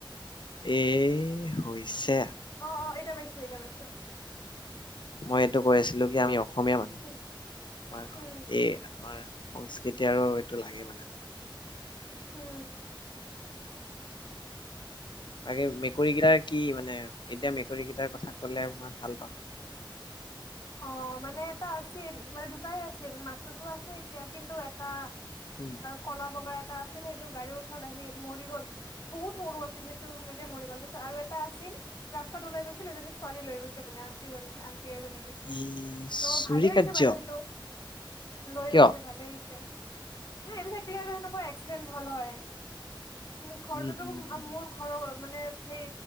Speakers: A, on the left; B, on the left.
A: এ হৈছে।
B: অ অ এতিয়া পাইছোঁ এতিয়া পাইছোঁ।
A: মই এইটো কৈ আছিলোঁ কি আমি অসমীয়া। অসমীয়া মানুহ আমাৰ
B: উম উম
A: এই আমাৰ সংস্কৃতি আৰু এইটো লাগে মানে।
B: উম
A: বাকি মেকুৰীকেইটাৰ কি মানে এতিয়া মেকুৰীকেইটাৰ কথা কলে মই ভাল পাম।
B: অ মানে এটা আছিল মানে দুটাই আছিল মাকটোতো আছে এতিয়া কিন্তু এটা।
A: উম
B: ক'লা বগা এ। দুটা আছিল সেইটো গাড়ীৰ ওচৰত আহি মৰি গ'ল বহুত সৰু আছিল সেইটো সেনেকে মৰি গল পিছত আৰু এটা আছিল ৰাস্তাত ওলাই গৈছিল এজনী ছোৱালী লৈ গৈছে বোলে আন্টিজনী আন্টি এজনী। কৈছে
A: ই চুৰি
B: ত' ভালে হৈছে
A: কাৰ্য।
B: বাৰু সেইটো লৈ
A: কিয়
B: গৈছে ভালে হৈছে। এইটো চাইাক আৰু সেনেকুৱা এক্সিডেণ্ট হ'ল হয়। মোৰ ঘৰটোতো
A: উম উম উম
B: মোৰ ঘৰৰ মানে। সেই